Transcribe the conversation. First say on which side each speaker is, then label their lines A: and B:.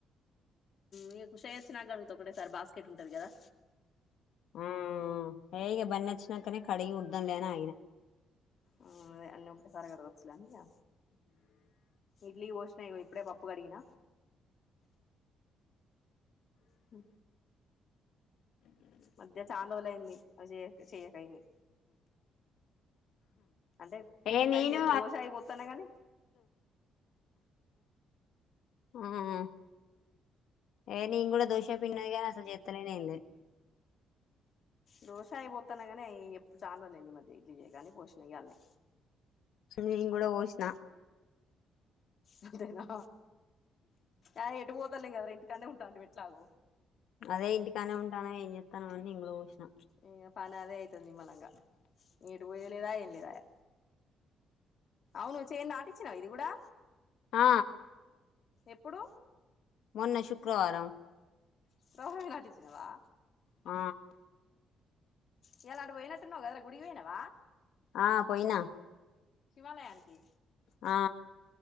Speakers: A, on the left; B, on the left.
A: మీకు షేర్చినాకడుగుత ఒకటే సారీ బాస్కెట్ ఉంటంది కదా.
B: ఆ హే ఇగ బన్నచ్చినంకనే కడిగి ఊడుద్దాం లే అని ఆగిన.
A: ఆ అదే అన్నీ ఒకటె సారె కడగచ్చు గని ఇగ, ఇడ్లీ కి పోసిన ఇగో ఇప్ ఇప్పుడే పప్పు కడిగిన. హు మధ్య చాన రోజులయింది, అవి జెయ చెయకయింది. అంటే టిఫిన్లయి
B: ఏ నేను
A: చేత్, దోశ అయిపోత్తాన్న గని
B: ఉమ్ ఏ నిను కూడా దోశా పిండి ఉన్నది గానీ అసలు చేతలేను ఎం లెద్
A: దోష అయిపోతన్నా కానీ అవి ఎప్పుడు చనరోజులుఐంది ఈ మధ్య ఇడ్లీ చేయకనీ పోషిణ ఇయ్యాల్నే
B: నన్ కూడా పోసిన
A: అంతేనా అ ఎటు పోతారులేం కదర ఇంటికన్నే ఉంటాంటిమి ఎట్లాగో
B: అదే ఇంటికాన్నే ఉంటాన ఏం చెత్తనం అని నేను కూడా పోషిన
A: ఇగ పని అదే అయితదిీ నీమ్మలంగా ఎటు పోయ్యేది లేదాయే ఎం లేదాయే అవును చేన్ నాటిచ్చినవ ఇది కూడా
B: ఆ
A: ఎప్పుడు
B: మొన్న శుక్రవారం
A: శుక్రవారమే నాటిచ్చినవా
B: ఆ
A: ఇయ్యాల అటు పోయినట్టున్నవ్ కాదర గుడికి పోయినవ
B: ఆ పోయినా
A: శివాలయానికి
B: ఆ